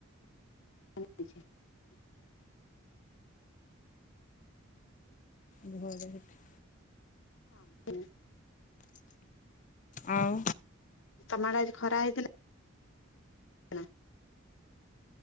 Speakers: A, on the left; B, on the left.
A: <unintelligible>
B: ଧରେ ହେଇଥି।
A: <unintelligible>
B: ଆଉ
A: ତମ ଆଡେ ଆଜି ଖରା ହେଇଥିଲା? <unintelligible>